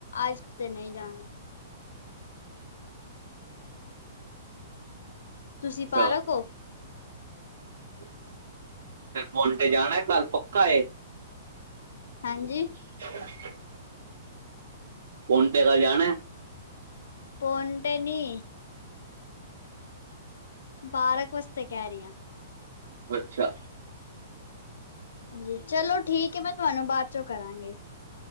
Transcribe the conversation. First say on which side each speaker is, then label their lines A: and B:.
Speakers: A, on the left (about 80°); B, on the right (about 75°).
A: ਅੱਜ ਤੇ ਨਹੀਂ ਜਾਣਾ। ਤੁਸੀਂ
B: ਅੱਛਾ
A: ਪਾਰਕ ਹੋ?
B: ਫੇਰ ਹੁਨ ਤੇ ਜਾਣਾ ਏ ਕੱਲ ਪੱਕਾ ਹੈ।
A: ਹਾਂਜੀ?
B: ਹ <inaudible> ਹੁਣ ਣ ਤੇੇ ਕੱਲ ਜਾਣਾ ਏ।
A: ਹੁਣ ਤੇ ਨੀ। ਪਾਰਕ ਵਾਸਤੇ ਕਹਿ ਰੀਆਂ।
B: ਅੱਛਾ।
A: ਹਾਂਜੀ ਚਲੋ ਠੀਕ ਹੈ ਮੈਂ ਤੁਹਾਨੂੰ ਬਾਅਦ ਚੋਂ ਕਰਾਂਗੀ।